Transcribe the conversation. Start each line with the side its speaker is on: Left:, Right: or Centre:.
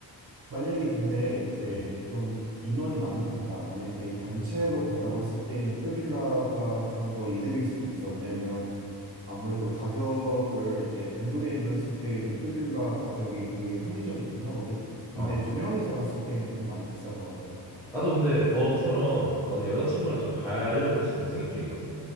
Right: 만약에 근데 이제
Centre: 음.
Right: 좀 인원이 많이 간다. 만약에 단체로
Centre: 음.
Right: 간다고 했을 때에는 풀빌라가 좀 더 이득일 수도 있어. 왜냐면 아무래도 가격을 이제 n분의 1로 했을 때에는 풀빌라 가격이 되게 합리적이긴 하거든. 근데
Centre: 어.
Right: 두 명에서 갔을 때에는 좀 많이 비싸더라고.
Centre: 어. 나도 근데
Right: 어, 근,
Centre: 너처럼 나도 여자친구랑 좀 가려고 지금 생각 중이거든.